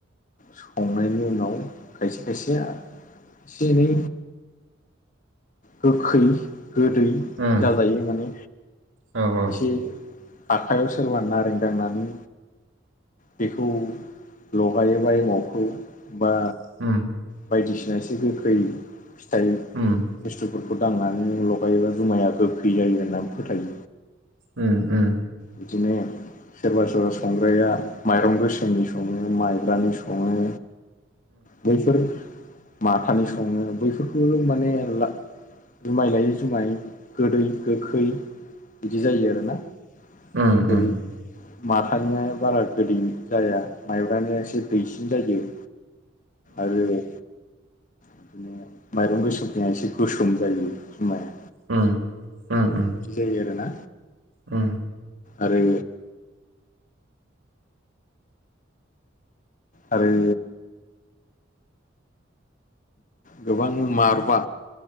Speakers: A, on the left; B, on the right.
A: संनायनि उनाव खायसे खायसे एसे एनै गोखै गोदै
B: उम
A: जाजायो माने
B: उम औ उम
A: एसे
B: उम
A: आखाइयाव सोरबा नारें दांनानै बेखौ लगायोबा एमावखौ बा
B: उम उम उम
A: बायदिसिना एसे गोखै फिथाइ
B: उम उम
A: बुस्थुफोरखौ दांनानै नों लगायोबा जुमाया गोखै जायो होननानै फोथायो
B: उम उम।
A: बिदिनो सोरबा सोरबा संग्राया माइरं गोसोमनि सङो माइब्रानि सङो बैफोर माथानि सङो बैफोरखौ माने ला जुमाय लायै जुमाय गोदै गोखै बिदि जायो आरोना
B: उम
A: जेरै
B: उम
A: माथानिया बारा गोदै जाया माइब्रा निया एसे दैसिन जायो आरो बिदिनो माइरं गोसोमनिया एसे गोसोम जायो माया
B: उम उम उम
A: बिदि जायो आरो ना
B: उम।
A: आरो आरो गोबां मारबा